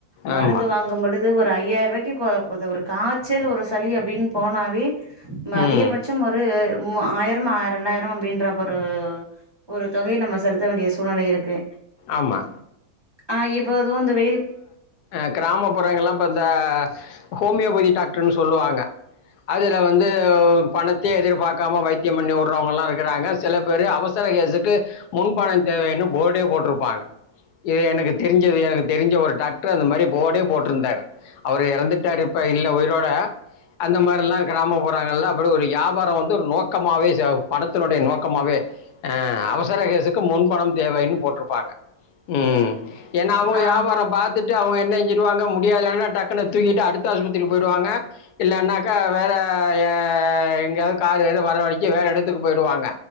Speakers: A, on the right; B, on the left.
A: மருந்து
B: ஆமா.
A: வாங்கும் பொழுது ஒரு ஐயாயிரவாய்க்கி கொ இது ஒரு காச்சல் ஒரு சளி அப்டின்னு போனாவே மதிகப
B: ம்.
A: பட்சம் ஒரு ஆயிரம் ஆயிரம் ரெண்டாயிரம் அப்டின்ற ஒரு ஒரு தொகை நம்ம செலுத்த வேண்டிய சூழ்நிலை இருக்கு
B: ஆமா.
A: ஆ இப்போது இந்த வெயில்
B: ஆ கிராமபுறங்கள் எல்லா பாத்தா ஹோமியோபதி டாக்டர்னு சொல்லுவாங்க அதுல வந்து பணத்தே எதிர்பார்க்காம வைத்யம் பண்ணி வுடுறவங்கலா இருக்றாங்க செல இப்பரு அவசர கேசுக்கு முன்பணம் தேவைன்னு போர்டே போட்டிருப்பாங்க ஏ எனக்கு தெருஞ்ச எனக்கு தெருஞ்ச ஒரு டாக்டர் அந்த மாதிரி போடே போட்ருந்தாரு அவர் எறந்துட்டாரு இப்ப இல்ல உயிரோட அந்த மார்லா கிராம புறங்கள்லாம் ஒரு ஒரு வியாபாரம் வந்து ஒரு நோக்கமாவே சேவ் பணத்தினுடைய நோக்கமாகாவே ஆ அவ சரகேசுக்கு முன்பணம் தேவைன்னு போட்டுருப்பாங்க ம் ஏன்னா அவுங்க
A: ஆ
B: வியாபாரம் பாத்து ட்டு அவுங்க என்ன செஞ்சிருவாங்க முடிலனா டக்குனு தூக்கிட்டு அடுத்த ஆஸ்பத்திரிக்கு போயிடுவாங்க இல்லன்னாக்க வேற ஏ எங்கையாவது காரு இரு வரவச்சு வேற எடத்துக்கு போயிடுவாங்க